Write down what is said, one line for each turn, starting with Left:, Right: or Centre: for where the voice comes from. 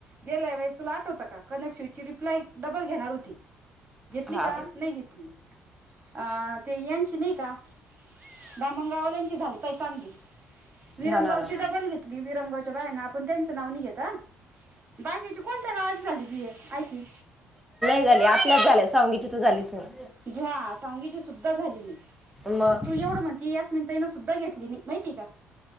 Right: गेल्या वेळेस तुला आठवत का कनक्शिची रिप्लाय डबल घेणार. होती, घेतली
Centre: हा
Right: का नाही घेतली, आ ते यांची नाही का, दामंगवाल्यांची झाली. का चांगली विरमगावची
Centre: हा ना ना
Right: डबल घेतली विरमगावच्या बायांना आपण त्यांच नाव नि घेत बाकेची कोणत्या गावाज झाली ऐकि
Centre: झाले आपल्याच झाल्या सांगीची तर झालीच नाही.
Right: घ्या सांगीची सुद्धा झाली नाही,
Centre: मग
Right: तू एवढं म्हणती यास्मिनताई ना सुद्धा घेतली नाही माहिती आहे का,